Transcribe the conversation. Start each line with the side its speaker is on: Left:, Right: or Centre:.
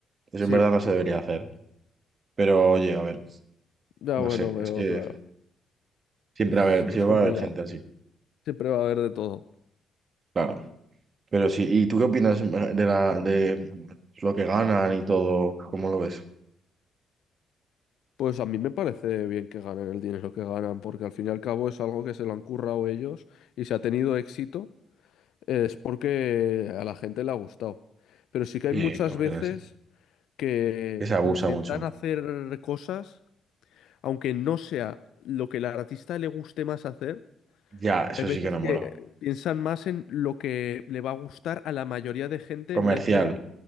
Right: Eso
Left: Sí,
Right: en verdad no se debería hacer. Pero oye, a ver,
Left: ya
Right: no
Left: bueno,
Right: sé,
Left: veo,
Right: es que
Left: claro.
Right: siempre
Left: Es,
Right: va a haber, siempre
Left: es complicado.
Right: va a haber gente así,
Left: Siempre va a haber de todo.
Right: claro. Pero sí, ¿y tú qué opinas de la, de lo que ganan y todo? ¿Cómo lo ves?
Left: Pues a mí me parece bien que ganen el dinero que ganan, porque al fin y al cabo es algo que se lo han currado ellos y se ha tenido éxito Es porque a la gente le ha gustado. Pero sí que hay
Right: Sí,
Left: muchas
Right: a ver,
Left: veces
Right: así.
Left: que
Right: Que se abusa
Left: intentan
Right: mucho.
Left: hacer cosas, aunque no sea lo que al artista le guste más hacer.
Right: Ya, eso
Left: Hay veces
Right: sí que no
Left: que
Right: mola.
Left: eh, piensan más en lo que le va a gustar a la mayoría de gente
Right: Comercial,
Left: en vez de,